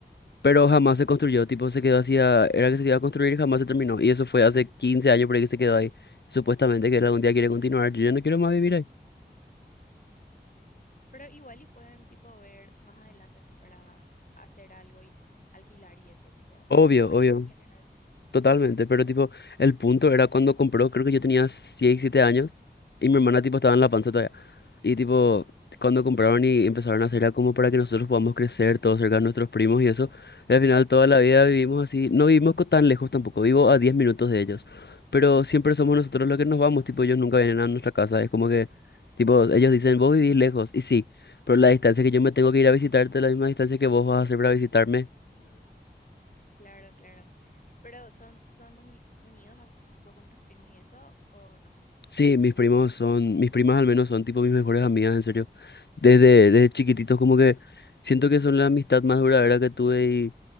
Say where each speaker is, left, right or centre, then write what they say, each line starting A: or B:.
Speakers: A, on the left; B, on the left.
A: pero jamás se construyó, tipo se quedó así, a- era que se iba a construir y jamás se terminó. Y eso fue hace 15 años por ahí que se quedó ahí. Supuestamente que él algún día quiere continuar, yo ya no quiero más vivir ahí.
B: Pero igual y pueden tipo ver más adelante así para hacer algo y alquilar y eso, tipo,
A: Obvio,
B: re
A: obvio.
B: les va a generar.
A: Totalmente, pero tipo, el punto era cuando compró, creo que yo tenía 6, 7 años y mi hermana tipo estaba en la panza todavía. Y tipo,
B: Ujú, ujú,
A: cuando compraron y empezaron a hacer era como para que nosotros podamos crecer todos cerca de nuestros primos y eso. Y al final
B: <laughs>
A: toda la vida vivimos así, no vivimos co- tan lejos tampoco, vivo a 10 minutos de ellos. Pero
B: ujú.
A: siempre somos nosotros los que nos vamos, tipo, ellos nunca vienen a nuestra casa, es como que, tipo, ellos dicen, vos vivís lejos, y sí, pero la distancia que yo me tengo que ir a visitarte es la misma distancia que vos vas a hacer para visitarme,
B: Claro, claro. Pero son, son muy unidos así tipo con tus primos y eso, ¿o no?
A: Sí, mis primos son, mis primas al menos son tipo mis mejores amigas, en serio. Desde,
B: Ujú.
A: desde chiquititos como que siento que son la amistad más duradera que tuve y